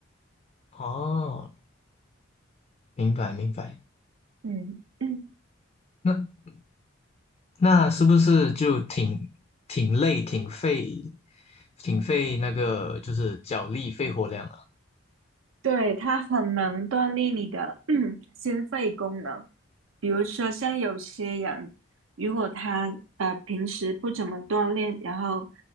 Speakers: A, on the left (about 30°); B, on the right (about 75°).
A: 哦，明白明白。
B: 嗯嗯，
A: 那那是不是就挺挺累、挺费、挺费那个就是脚力、肺活量啊？
B: 对，它很能锻炼你的 <clears throat> 心肺功能。比如说，像有些人，如果他呃平时不怎么锻炼，然后